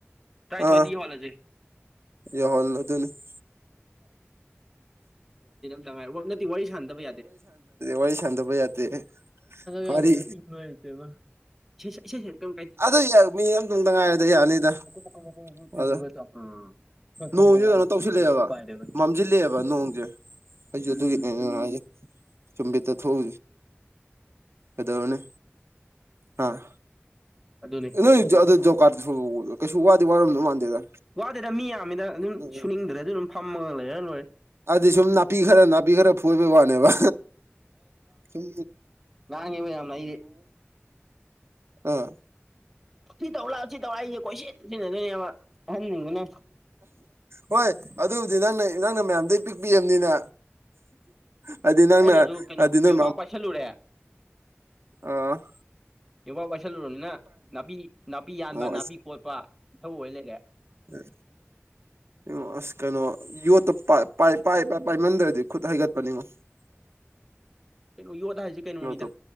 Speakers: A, in the centre; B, on the right.
A: ꯇꯔꯥꯅꯤꯊꯣꯏꯗꯒꯤ
B: ꯑ
A: ꯍꯣꯠꯂꯁꯦ
B: ꯌ ꯍꯣꯜꯂꯗꯅꯤ ꯀ
A: ꯅ ꯋꯥꯔꯤ ꯁꯥꯟ ꯌꯥꯗꯦꯉ ꯁꯥꯟꯗꯕ
B: ꯋꯥꯔꯤ ꯁꯥꯟꯅꯗꯕ ꯌꯥꯗꯦ
A: ꯌꯥꯗꯦꯅꯨꯡꯉꯥꯏꯇꯦꯃ
B: ꯋꯥꯔꯤ
A: ꯦꯦꯁ ꯀꯝ ꯀꯥꯏꯦ
B: ꯑꯗꯨ ꯃꯤ ꯑꯃꯇꯗ ꯉꯥꯏꯔꯗ ꯌꯥꯅꯤꯗ
A: ꯃꯀꯨ ꯃꯀꯨ ꯃꯀꯨ ꯃꯀꯨ ꯇꯨꯏꯗꯨꯕꯇꯣ
B: ꯑ
A: ꯑꯩꯈꯣꯏ ꯈꯪꯗꯕ
B: ꯅꯣꯡꯁꯨꯦ
A: ꯋꯥꯅꯤ
B: ꯀꯩꯅꯣ ꯇꯧꯁꯤꯜꯂꯛꯑꯦꯕ
A: ꯃꯀꯨ ꯃꯀꯨ ꯃꯀꯨ ꯄꯥꯏꯔꯦꯕ
B: ꯃꯝꯁꯤꯜꯂꯛꯑꯦꯕ ꯅꯣꯡꯁꯦ ꯑꯗꯨꯒꯤꯅꯦꯦ
A: ꯎꯝ
B: ꯆꯨꯝꯕꯤ ꯊꯎ ꯑꯗꯥꯅꯦ ꯍꯥꯥ
A: ꯑꯗꯨꯅꯤ
B: ꯅꯣꯏ ꯑꯗꯨ ꯖꯣꯀꯥꯔꯁꯨ ꯀꯩꯁꯨ ꯋꯥꯗꯤ ꯋꯥꯔꯝꯗꯧ ꯃꯥꯟꯗꯦꯗ
A: ꯋꯥꯗꯦꯗ ꯃꯤ ꯌꯥꯝꯃꯤꯗ ꯑꯗꯨꯝ
B: ꯎꯝ
A: ꯁꯨꯅꯤꯡꯗ꯭ꯔꯁꯨ ꯑꯗꯨꯝ ꯐꯝꯃꯒ ꯂꯩꯔ ꯂꯣꯏꯦ
B: ꯑꯗꯨꯗꯤ ꯁꯨꯝ ꯅꯥꯄꯤ ꯈꯔ ꯅꯥꯄꯤ ꯈꯔ ꯐꯣꯏꯕꯒꯤ ꯋꯥꯅꯦꯕ ꯁꯨꯝ
A: ꯉꯥꯡꯉꯤꯕ ꯌꯥꯝꯅ ꯑꯩꯗꯤ
B: ꯑ
A: ꯁꯤ ꯇꯧꯔ ꯂꯥꯛꯑꯣ ꯁꯤ ꯇꯧꯔꯛ ꯑꯩꯁꯦ ꯀꯣꯏꯁꯤ ꯁꯤꯟꯅꯗꯣꯏꯅꯦꯕ ꯑꯍꯟꯅꯤꯡꯗꯅꯦ
B: ꯍꯣꯏ ꯑꯗꯨꯕꯨꯗꯤ ꯅꯪꯅ ꯅꯪꯅ ꯃꯌꯥꯝꯗ ꯄꯤꯛꯄꯤꯑꯕꯅꯤꯅ ꯍꯥꯏꯗꯤ ꯅꯪꯅ
A: ꯑꯩꯅꯁꯨ ꯀꯩꯅꯣ
B: ꯑꯗꯨ
A: ꯌꯣꯝꯄꯥꯛ
B: ꯅ
A: ꯄꯥꯏꯁꯜꯂꯨꯔꯦ
B: ꯑ
A: ꯌꯨꯝꯄꯥꯛ ꯄꯥꯏꯁꯜꯂꯨꯔꯕꯅꯤꯅ ꯅꯥꯄꯤ ꯅꯥꯄꯤ ꯌꯥꯟꯕ
B: ꯑꯣ
A: ꯅꯥꯄꯤ ꯀꯣꯠꯄ ꯏꯊꯧꯛ ꯑꯣꯏ ꯂꯩꯔꯦ
B: ꯎꯝ ꯉ ꯑꯁ ꯀꯩꯅꯣ ꯌꯣꯠꯇꯣ ꯄꯥꯏ ꯄꯥꯏꯃꯟꯗ꯭ꯔꯗꯤ ꯈꯨꯠ ꯍꯩꯒꯠꯄꯅꯤꯉꯣ <inaudible>
A: ꯀꯩꯅꯣ ꯌꯣꯠꯂ ꯍꯥꯏꯁꯁꯤ ꯀꯩꯅꯣꯅꯤꯗ
B: ꯌꯣꯠꯇꯣ